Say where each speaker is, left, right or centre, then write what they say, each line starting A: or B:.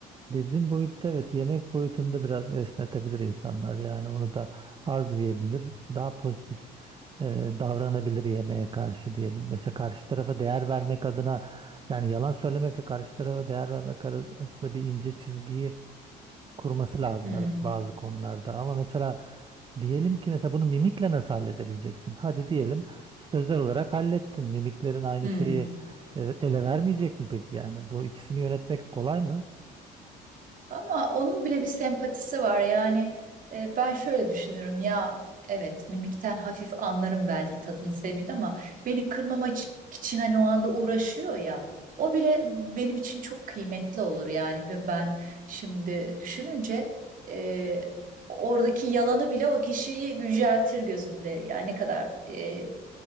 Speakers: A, on the right; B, on the right.
A: dediğin boyutta evet yemek boyutunda biraz esnetebilir insanlar. Yani onu da az yiyebilir. Daha pozitif e, davranabilir yemeğe karşı diyelim. Mesela karşı tarafa değer vermek adına yani yalan söylemekle karşı tarafa değer vermek arasında bir ince çizgiyi kurması lazım
B: Hmm,
A: evet bazı konularda ama mesela diyelim ki mesela bunu mimikle nasıl halledebileceksin? Hadi diyelim sözler olarak hallettin. Mimiklerin aynı
B: hmm.
A: şeyi e, ele vermeyecek mi peki yani? Bu ikisini yönetmek kolay mı?
B: Ama onun bile bir sempatisi var. Yani e, ben şöyle düşünürüm ya evet mimikten hafif anlarım belki tadını sevmeyeyim ama beni kırmama iç- için hani o anda uğraşıyor ya. O bile benim için çok kıymetli olur yani ve ben şimdi düşününce e, oradaki yalanı bile o kişiyi yüceltir gözümde. Yani ne kadar e,